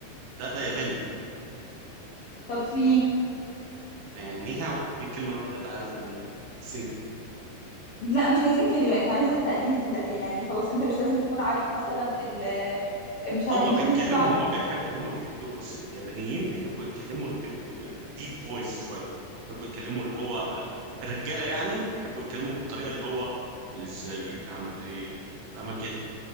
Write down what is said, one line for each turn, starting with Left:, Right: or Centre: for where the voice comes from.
Right: ده ده ياباني
Left: طب سي
Right: آه، ني هاو دي الكلمة الوحيدة اللي عارفها من الصيني
Left: لا مش عايزين كلمات عايزه تقليد لا يعني خلاص انت مش لازم تكون عارف مثلا ال مش عارف
Right: هم
Left: مش
Right: بيتكلموا
Left: لازم تكون عارف
Right: هم بيحبوا هم بيحبوا بص اليابانيين بيحبوا يتكلموا ديب فويس شوية بيحبوا يتكلموا اللي هو آه، الرجالة يعني بيحبوا يتكلموا بالطريقة اللي هو ازيك عاملة ايه فاهمة كده